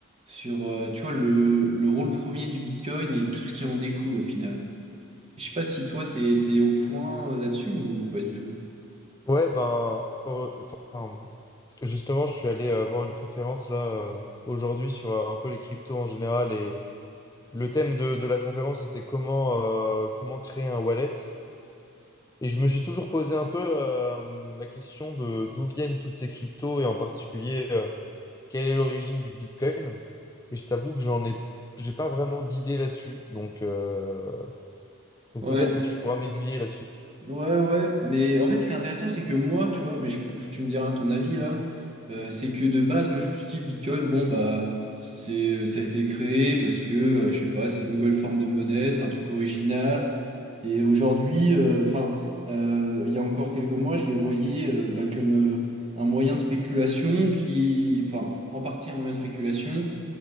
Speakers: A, on the right (about 30°); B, on the left (about 15°).
A: sur, euh, tu vois, le, le rôle premier du Bitcoin et tout ce qui en découle au final. Je sais pas si toi, t'es, t'es au point euh, là-dessus ou pas du tout.
B: Ouais, ben, euh, enfin, justement, je suis allé euh, voir une conférence là euh, aujourd'hui sur euh, un peu les cryptos en général et le thème de, de la conférence était comment, euh, comment créer un wallet. Et je me suis toujours posé un peu euh, la question de d'où viennent toutes ces cryptos et en particulier euh, quelle est l'origine du Bitcoin. Et je t'avoue que j'en ai, j'ai pas vraiment d'idée là-dessus. Donc, euh, donc
A: Ouais.
B: peut-être que tu pourras m'aiguiller là-dessus.
A: Ouais, ouais, mais en fait, ce qui est intéressant, c'est que moi, tu vois, mais je- je- tu me diras ton avis là, euh, c'est que de base, moi, je me suis dit, Bitcoin, bon, bah, c'est, euh, ça a été créé parce que, euh, je sais pas, c'est une nouvelle forme de monnaie, c'est un truc original. Et aujourd'hui, euh, enfin, euh, il y a encore quelques mois, je le voyais euh, bah, comme euh, un moyen de spéculation qui, enfin, en partie un moyen de spéculation